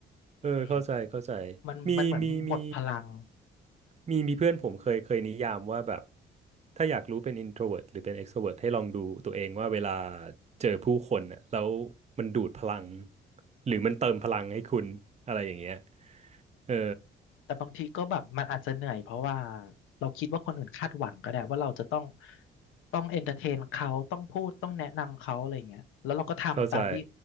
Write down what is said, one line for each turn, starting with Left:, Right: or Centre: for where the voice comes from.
Right: เออ
Left: อืม
Right: เข้าใจ เข้าใจ
Left: มันมันเหมือนหมดพลัง
Right: มีมีมีมีมีเพื่อนผมเคยเคยนิยามว่าแบบ ถ้าอยากรู้เป็น introvert หรือเป็น extrovert ให้ลองดูตัวเองว่าเวลาเจอผู้คนน่ะแล้วมันดูดพลัง หรือมันเติมพลังให้คุณ อะไรอย่างเงี้ยเออ
Left: แต่บางทีก็แบบมันอาจจะเหนื่อยเพราะว่าเราคิดว่าคนอื่นคาดหวังก็ได้ว่าเราจะต้องต้องเอนเตอร์เทนเขาต้องพูดต้องแนะนำเขาอะไรเงี้ยแล้วเราก็ทำตามที่
Right: เข้าใจ